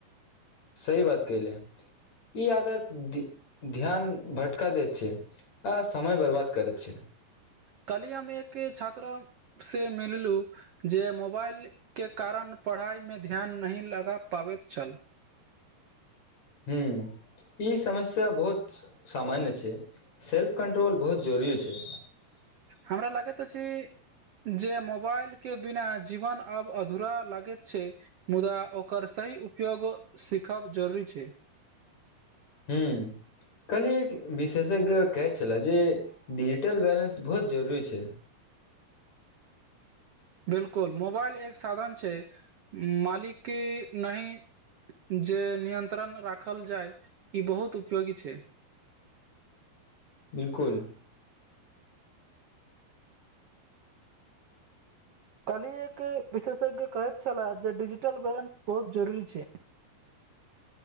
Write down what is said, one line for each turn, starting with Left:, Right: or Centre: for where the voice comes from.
Left: सही बात केहले ई आदत ध्यान भटका दति छै आ समय बर्बाद करै छै
Right: कल्ही हम एक छात्रा से मिललु जे मोबाइल के कारण पढ़ाइ मे ध्यान नहि लगा पाबति छल
Left: हू ई समस्या बहुत सामान्य छै <inaudible> सेल्फ कन्ट्रोल बहुत जरूरी छै।
Right: हमरा लागैत अछि जे मोबाइल केँ बिना जीवन आब अधूरा लगैत छै। मुदा ओकर सही उपयोग सीखब जरूरी छै
Left: हूँ कल्हि एक विशेषज्ञ कहै छले जे डिजिटल बैलेंस बहुत जरूरी छै
Right: बिल्कुल मोबाइल एक साधन छै मालिकी केँ नहीं जे नियन्त्रण राखल जाइ ई बहुत उपयोगी छै।
Left: बिल्कुल।
Right: काल्हि एक विशेषज्ञ कहत छला जे डिजिटल बैलेंस बहुत जरूरी छै।